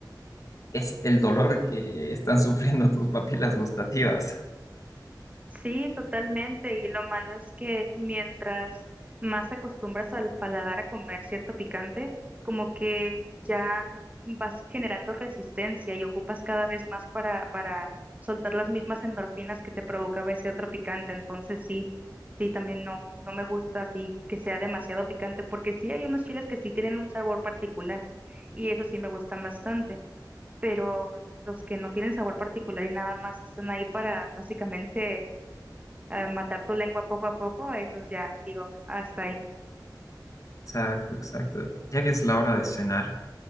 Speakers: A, on the left (about 45°); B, on the right (about 20°).
A: es el dolor que están <laughs> sufriendo tus papilas gustativas.
B: Sí, totalmente. Y lo malo es que mientras más acostumbras al paladar a comer cierto picante, como que ya vas generando resistencia y ocupas cada vez más para, para soltar las mismas endorfinas que te provocaba ese otro picante. Entonces sí, sí, también no, no me gusta así que sea demasiado picante, porque sí hay unos chiles que sí tienen un sabor particular y eso sí me gustan bastante, pero los que no tienen sabor particular y nada más están ahí para básicamente eh, matar tu lengua poco a poco, eso es ya, digo, hasta ahí.
A: Exacto, exacto. Ya que es la hora de cenar,